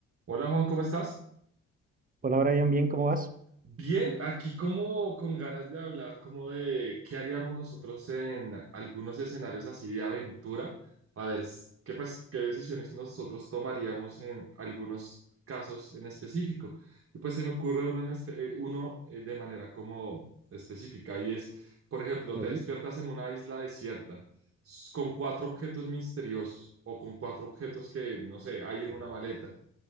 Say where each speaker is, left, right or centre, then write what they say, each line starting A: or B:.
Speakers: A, on the right; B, on the right.
A: Hola Juan, ¿cómo estás?
B: Hola Brian, bien, ¿cómo vas?
A: Bien, aquí como con ganas de hablar como de qué haríamos nosotros en algunos escenarios así de aventura, a ver s- qué, pas- qué decisiones nosotros tomaríamos en algunos casos en específico. Y pues se me ocurre uno, en espe- eh, uno eh, de manera como específica y es, por ejemplo,
B: Ok,
A: te despiertas en una isla desierta s- con cuatro objetos misteriosos o con cuatro objetos que, no sé, hay en una maleta.